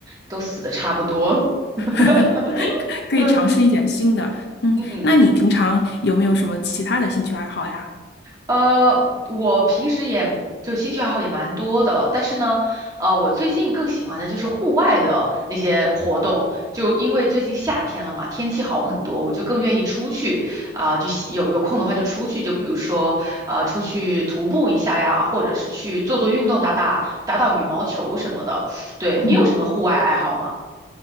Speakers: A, on the right; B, on the left.
A: 都死的差不多了。<laughs>
B: <laughs> 可以尝试一点新的。
A: 嗯
B: 嗯，
A: 嗯。
B: 那你平常有没有什么其他的兴趣爱好呀？
A: 呃，我平时也就兴趣爱好也蛮多的，但是呢，呃，我最近更喜欢的就是户外的那些活动，就因为最近夏天了嘛，天气好很多，我就更愿意出去啊、就喜有有空的话就出去，就比如说呃，出去徒步一下呀，或者是去做做运动，打打打打羽毛球什么的。对，你有什么户外爱好吗？
B: 嗯。